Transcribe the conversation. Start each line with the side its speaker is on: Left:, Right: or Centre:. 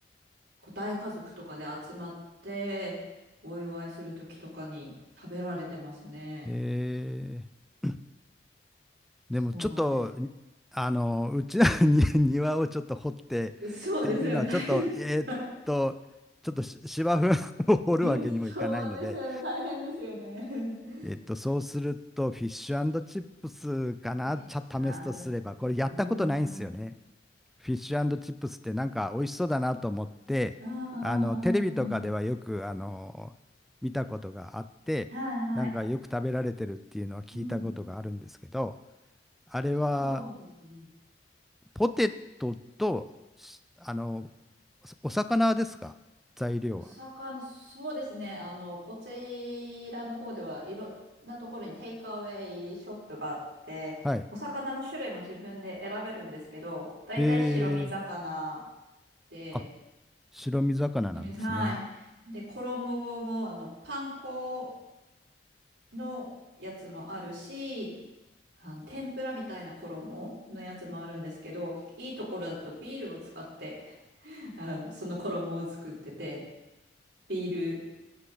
Right: 個体家族とかで集まってお祝いするときとかに食べられてますね。
Centre: えーでもちょっと、
Right: そうなんですよ。
Centre: あの、うちの <laughs> に庭をちょっと掘ってっていうのは、
Right: そうですよね。大変です。
Centre: ちょっと、えーっと、ちょっとし芝生を <laughs> 掘るわけにもいかないので、
Right: <laughs> そうですよね。大変ですよね。フ
Centre: えーっと、そうすると、フィッシュチップスかな、
Right: ィシン
Centre: ちゃ試すとすれば、これやったことないんですよね。
Right: うん。
Centre: フィッシュチップスってなんか美味しそうだなと思って、
Right: うん
Centre: あの、テレビとかではよく、
Right: うんうんうん。
Centre: あの、見たことがあって、
Right: はいはい。
Centre: なんかよく食べられてるっていうのは聞いたことがあるんですけど、
Right: うん。
Centre: あれは、
Right: そうですね。
Centre: ポテトと、あの、おお魚ですか材料は。
Right: お魚、そうですね。あの、こちらの方ではいろんなところにテイクアウェイショップがあって、
Centre: はい。
Right: お魚の種類も自分で選べるんですけど、だいたい白身魚
Centre: えー、
Right: で、
Centre: あ、白身魚なんですね。
Right: ねはい。で、衣も、あの、パン粉のやつもあるし、あの、天ぷらみたいな衣のやつもあるんですけど、いいところだとビールを使って、<laughs> あの、その衣を作ってて、ビール